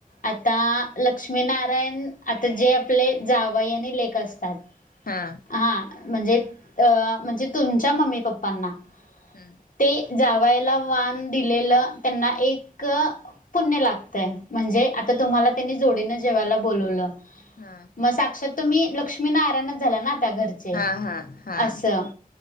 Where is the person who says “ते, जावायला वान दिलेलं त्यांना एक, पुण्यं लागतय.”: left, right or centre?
Left